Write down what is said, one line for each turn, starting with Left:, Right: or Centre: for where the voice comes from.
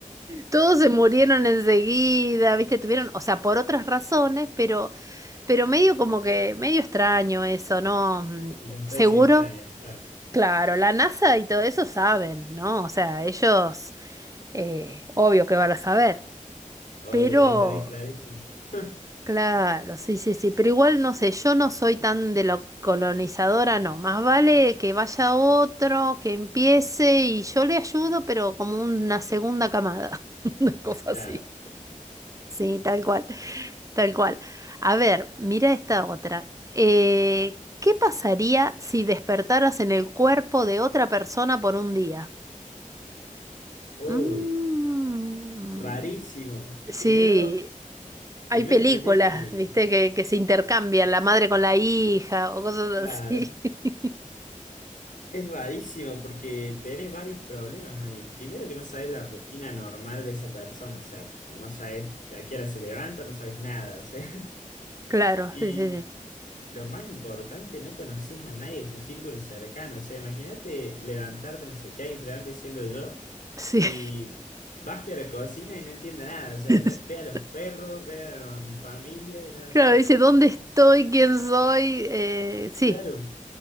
Right: Todos se murieron enseguida, ¿viste? Tuvieron, o sea, por otras razones, pero, pero medio como que, medio extraño eso, ¿no? Mm,
Left: Y Circunstancias
Right: Seguro,
Left: extrañas, claro.
Right: claro, la NASA y todo eso saben, ¿no? O sea, ellos, eh, obvio que van a saber,
Left: Obvio,
Right: pero,
Left: lo deben tener clarísimo. <laughs>
Right: claro, sí, sí, sí, pero igual no sé, yo no soy tan de lo colonizadora, no, más vale que vaya otro, que empiece y yo le ayudo, pero como una segunda camada, <laughs> una cosa
Left: Claro.
Right: así. Sí, tal cual. Tal cual. A ver, mira esta otra. Eh, ¿qué pasaría si despertaras en el cuerpo de otra persona por un día?
Left: Uy,
Right: Mm,
Left: rarísimo.
Right: sí,
Left: Primero,
Right: hay
Left: primero
Right: películas,
Left: tendría que...
Right: viste, que, que se intercambian la madre con la hija o cosas
Left: Claro.
Right: así. <laughs>
Left: Es rarísimo porque tenés varios problemas ahí. Primero que no sabes la rutina normal de esa persona, o sea, no sabes a qué hora se levanta, no sabes nada, o sea. <laughs>
Right: Claro,
Left: Y
Right: sí, sí,
Left: lo más importante, no conocés a nadie de su círculo cercano, o sea, imagínate levantarte, no sé, que alguien se levante siendo yo
Right: sí.
Left: y
Right: Sí.
Left: baje a la cocina y no entienda nada, o sea,
Right: <laughs>
Left: no, ve a los perros, ve a mi familia y no-
Right: Claro, dice, ¿dónde estoy? ¿Quién soy? Eh, sí,
Left: Claro,